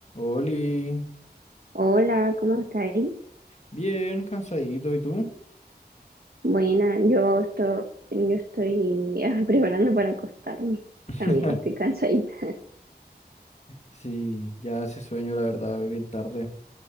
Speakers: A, on the left; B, on the right.
A: Oli,
B: Hola, ¿cómo estáis?
A: bien cansadito, ¿y tú?
B: Buena, yo estoy, yo estoy <laughs> ah, preparando para acostarme.
A: <laughs>
B: También estoy cansadita.
A: Sí, ya hace sueño, la verdad, es bien tarde.